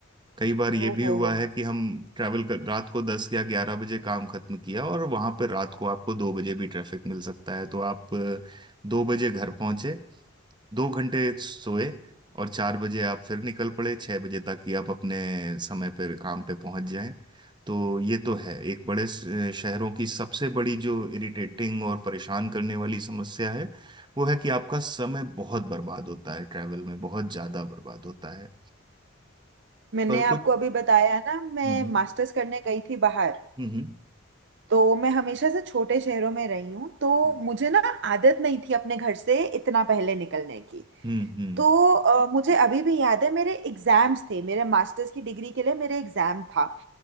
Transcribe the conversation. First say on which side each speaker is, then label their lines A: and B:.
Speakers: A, on the right; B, on the right.
A: कई बार ये
B: ओ
A: भी
B: हो
A: हुआ
B: हो
A: है
B: हो
A: कि हम ट्रैवल कर रात को दस या ग्यारह बजे काम खत्म किया और वहां पर रात को आपको दो बजे भी ट्रैफिक मिल सकता है तो आप अ, दो बजे घर पहुंचे दो घंटे सोए और चार बजे आप फिर निकल पड़े छह बजे तक कि आप अपने समय पर काम पे पहुंच जाएं तो ये तो है एक बड़े स- शहरों की सबसे बड़ी जो इरिटेटिंग और परेशान करने वाली समस्या है वो है कि आपका समय बहुत बर्बाद होता है ट्रैवल में बहुत ज्यादा बर्बाद होता है
B: मैंने
A: पर
B: आपको
A: कुछ
B: अभी बताया ना मैं
A: हम्म
B: मास्टर्स करने गई थी बाहर
A: हम्म
B: तो मैं हमेशा से छोटे शहरों में रही हूँ तो
A: हम्म
B: मुझे ना आदत नहीं थी अपने घर से इतना पहले निकलने की
A: हम्म
B: तो अ, मुझे अभी भी याद है मेरे एग्जाम्स थे मेरे मास्टर्स की डिग्री के लिए मेरे एग्जाम था